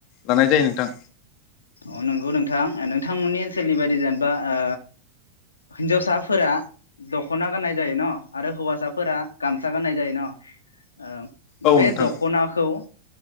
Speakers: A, on the left; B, on the left.
A: गाननाय जायो नोंथां
B: अ नंगौ नोंथां नोंथांमोननि ओनसोलनि बायदि जानबा ओ हिन्जावसाफोरा दख'ना गाननाय जायो न' आरो हौवासाफोरा गामसा गाननाय जायो न' आम
A: औ
B: बे
A: नोंथां
B: दख'नाखौ